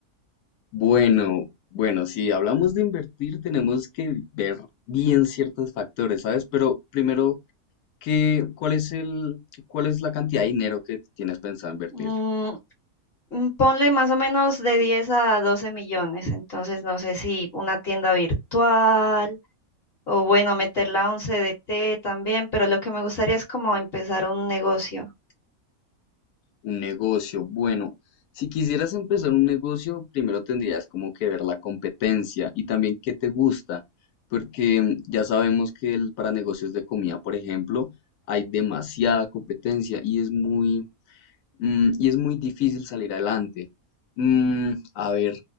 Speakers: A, on the left; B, on the left.
A: Bueno, bueno, si hablamos de invertir, tenemos que ver bien ciertos factores, ¿sabes? Pero primero, ¿qué, cuál es el, cuál es la cantidad de dinero que tienes pensado invertir?
B: Mm, mm, ponle más o menos de 10 a 12 millones, entonces no sé si una tienda virtual o bueno, meterla a un CDT también, pero lo que me gustaría es como empezar un negocio.
A: Un negocio, bueno, si quisieras empezar un negocio, primero tendrías como que ver la competencia y también qué te gusta, porque mm, ya sabemos que el- para negocios de comida, por ejemplo, hay demasiada competencia y es muy mm, y es muy difícil salir adelante. Mm, a ver,